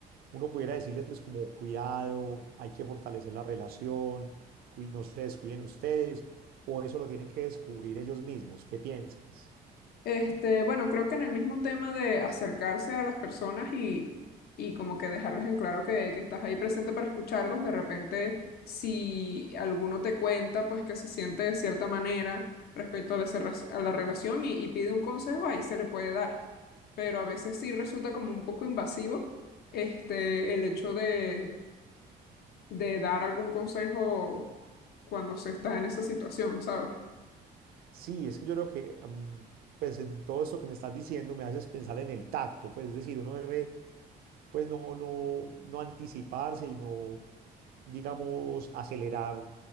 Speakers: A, on the right; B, on the left.
A: uno pudiera decirles pues como cuidado, hay que fortalecer la relación, cui- no se descuiden ustedes, o eso lo tienen que descubrir ellos mismos. ¿Qué piensas?
B: Este, bueno, creo que en el mismo tema de acercarse a las personas y, y como que dejarles en claro que, que estás ahí presente para escucharlos, de repente si alguno te cuenta, pues que se siente de cierta manera respecto a la, cerra- a la relación y, y pide un consejo, ahí se le puede dar. Pero a veces sí resulta como un poco invasivo, este, el hecho de, de dar algún consejo cuando se está en esa situación, ¿sabes?
A: Sí, es que yo creo que, am, pues en todo esto que me estás diciendo me haces pensar en el tacto, pues es decir, uno debe, pues no, no, no anticiparse y no, digamos, acelerar,